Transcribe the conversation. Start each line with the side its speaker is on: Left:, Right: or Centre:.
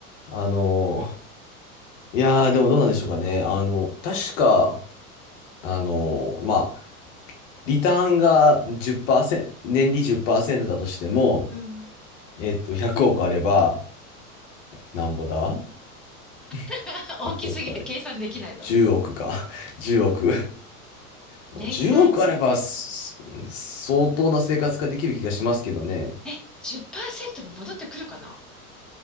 Left: あの、いやー、でもどうなんでしょうかね。あの、確か、あの、まあ、リターンが10%、年利10%だとしても、
Centre: うん。
Left: えっと、100億あれば、なんぼだ
Centre: <laughs>
Left: 1 0億あれ。
Centre: 大きすぎて計算できないぞ。
Left: 1億か。<laughs> 10億。もう億あれば、
Centre: 年間じ、
Left: す相当な生活ができる気がしますけどね。
Centre: え、10%も戻ってくるかな